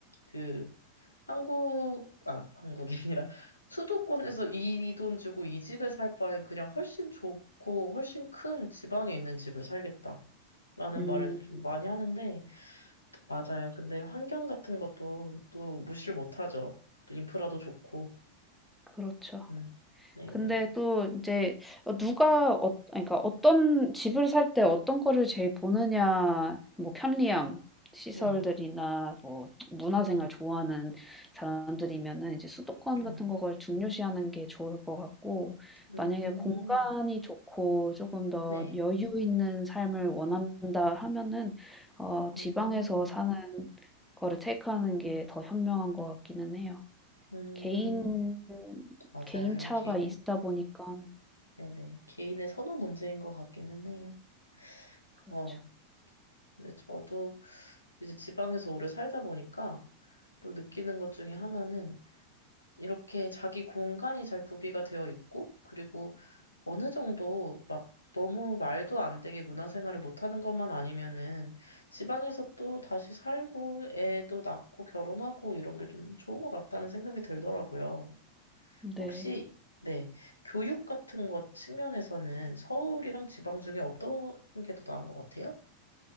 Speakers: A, on the left; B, in the centre.
A: 그 한국, 아, 한국이 아니라 수도권에서 이 돈 주고 이 집에 살 바엔 그냥 훨씬 좋고 훨씬 큰 지방에 있는 집을 살겠다. 라는
B: 음.
A: 말을 좀 많이 하는데, 맞아요. 근데 환경 같은 것도 또 무시를 못 하죠. 또 인프라도 좋고.
B: 그렇죠.
A: 음. 네네.
B: 근데 또 이제 누가 어, 그러니까 어떤 집을 살 때 어떤 거를 제일 보느냐, 뭐 편리함, 시설들이나
A: 네.
B: 뭐 문화생활
A: 네.
B: 좋아하는 사람들이면은 이제 수도권
A: 네네.
B: 같은 거를 중요시하는 게 좋을 것 같고
A: 음.
B: 만약에 공간이 좋고 조금 더
A: 네.
B: 여유 있는 삶을 원한다 하면은 어, 지방에서
A: 음.
B: 사는 거를 테이크하는 게 더 현명한 것 같기는 해요.
A: 음.
B: 개인
A: 맞아요.
B: 개인차가
A: 이건 개인의
B: 있다 보니까
A: 네네. 개인의 선호 문제인 것 같기는 해요.
B: 그렇죠.
A: 어. 근데 저도 이제 지방에서 오래 살다 보니까 또 느끼는 것 중에 하나는 이렇게 자기 공간이 잘 구비가 되어 있고, 그리고 어느 정도 막 너무 말도 안 되게 문화생활을 못하는 것만 아니면은 지방에서 또 다시 살고 애도 낳고 결혼하고 이런 게 좀 좋은 것 같다는 생각이 들더라고요.
B: 네.
A: 혹시, 네, 교육 같은 것 측면에서는 서울이랑 지방 중에 어떤 게 더 나은 것 같아요?